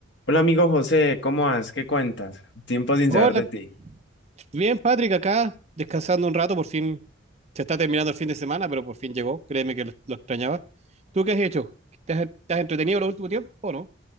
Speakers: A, on the left (about 65°); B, on the right (about 35°).
A: Hola amigo José, ¿cómo vas? ¿Qué cuentas? Tiempo sin
B: Hola,
A: saber de ti.
B: bien Patrick, acá descansando un rato, por fin se está terminando el fin de semana, pero por fin llegó, créeme que lo, lo extrañaba. ¿Tú qué has hecho? ¿Te has, te has entretenido el último tiempo o no?